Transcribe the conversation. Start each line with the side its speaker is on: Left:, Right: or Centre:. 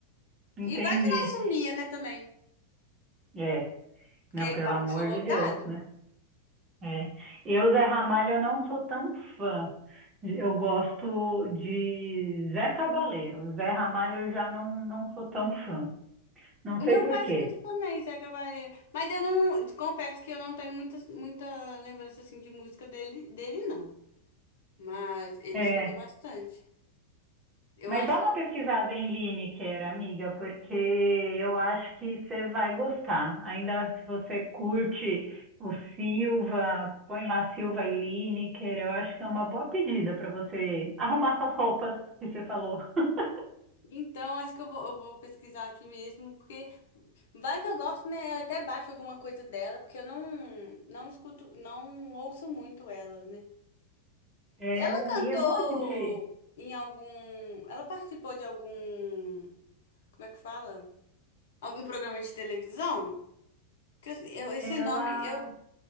Right: Entendi.
Left: E vai que nós sumia, né, também,
Right: É,
Left: porque
Right: não, pelo
Left: tava
Right: amor
Left: um show lotado.
Right: de Deus, né? É. Eu, Zé Ramalho, eu não sou tão fã. Eu gosto de Zé Cabaleiro. Zé Ramalho eu já não, não sou tão fã. Não
Left: O
Right: sei
Left: meu
Right: por
Left: pai
Right: quê.
Left: escuta também, Zé Cabaleiro. Mas eu não, confesso que eu não tenho muita, muita lembrança assim de música dele, dele não. Mas ele
Right: É,
Left: escuta bastante. Eu
Right: Mas
Left: acho.
Right: dá uma pesquisada em Lineker, amiga, porque eu acho que você vai gostar. Ainda se você curte o Silva, põe lá Silva e Lineker, eu acho que é uma boa pedida para você arrumar suas roupas que você falou. <laughs>
Left: Então, acho que eu vou, eu vou pesquisar aqui mesmo, porque vai que eu gosto, né? Eu até baixo alguma coisa dela, porque eu não, não escuto, não ouço muito ela, né?
Right: É,
Left: E Ela cantou
Right: e é bom a gente.
Left: em algum. Ela participou de algum. Como é que fala? Algum programa de televisão? Que eu- eu- esse
Right: Ela
Left: nome eu,